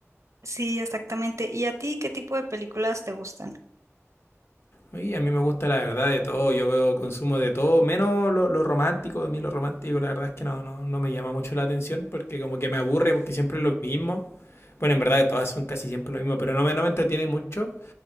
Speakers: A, on the right; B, on the left.
A: Sí, exactamente. ¿Y a ti qué tipo de películas te gustan?
B: Y a mí me gusta la verdad de todo, yo veo consumo de todo, menos lo, lo romántico, a mí lo romántico la verdad es que no, no, no me llama mucho la atención porque como que me aburre porque siempre es lo mismo. Bueno, en verdad todas son casi siempre lo mismo, pero no me, no me entretiene mucho.